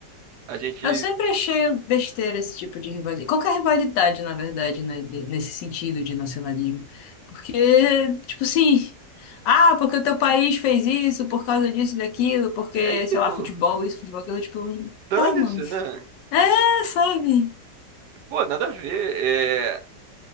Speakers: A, on the right (about 75°); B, on the left (about 80°).
A: A gente
B: Eu sempre achei besteira esse tipo de rivalidade. Qualquer rivalidade, na verdade, né? de- Nesse sentido de nacionalismo. Porque, tipo assim. Ah, porque o teu país fez isso, por causa disso, e daquilo, porque,
A: é tipo,
B: sei lá, futebol, isso, futebol, aquilo, tipo,
A: dane-se,
B: tá, mano.
A: né?
B: É, sabe?
A: Pô, nada a ver. é,